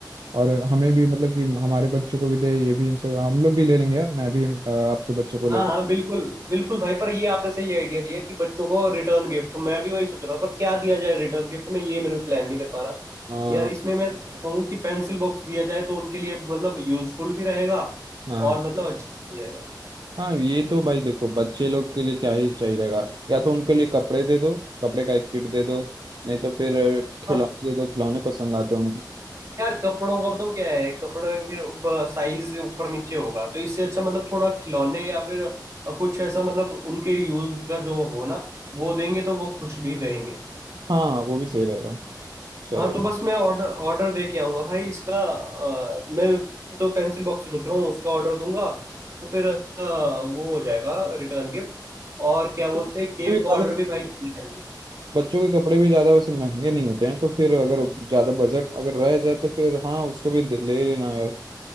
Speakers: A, on the right (about 70°); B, on the right (about 45°).
A: और हमें भी मतलब कि हमारे बच्चों को भी दे ये भी इंश्योर हम लोग भी ले लेंगे यार मैं भी अ, आपके बच्चों को
B: हाँ
A: ले
B: हाँ बिल्कुल बिल्कुल भाई पर ये आपने सही आइडिया दिया कि बच्चों को रिटर्न गिफ्ट मैं भी वही सोच रहा था पर क्या दिया जाए रिटर्न गिफ्ट में ये मेरे प्लान नहीं कर पा रहा
A: हाँ
B: यार इसमें मैं सोच रहा हूँ कि पेंसिल बॉक्स दिया जाए तो उनके लिए मतलब यूजफुल भी रहेगा
A: हाँ
B: और
A: हाँ
B: मतलब अच्छा भी हो जाएगा
A: हाँ, ये तो भाई देखो बच्चे लोग के लिए क्या ही चाहिए रहेगा या तो उनके लिए कपड़े दे दो कपड़े का एक किट दे दो नहीं तो फिर अ, खिलौने
B: हाँ
A: दे दो खिलौने पसंद आते हैं उनको
B: यार कपड़ों का बताऊँ क्या है कपड़े में फिर साइज ऊपर नीचे होगा तो इससे अच्छा मतलब थोड़ा खिलौने या फिर कुछ ऐसा मतलब उनके यूज का जो हो ना वो देंगे तो वो खुश भी रहेंगे
A: हाँ वो भी सही रहेगा चलो
B: हाँ तो बस मैं ऑर्डर ऑर्डर दे के आऊँगा भाई इसका अ, मैं तो पेंसिल बॉक्स ही सोच रहा हूँ उसका ऑर्डर दूंगा तो फिर अ, वो हो जाएगा रिटर्न गिफ्ट और क्या बोलते
A: तो
B: हैं केक
A: भी ज्यादा
B: का ऑर्डर भी भाई दूंगा मैं।
A: बच्चों के कपड़े भी ज्यादा वैसे महंगे नहीं होते हैं तो फिर अगर ज्यादा बजट अगर रह जाए तो फिर हाँ उसको भी ले ले लेना यार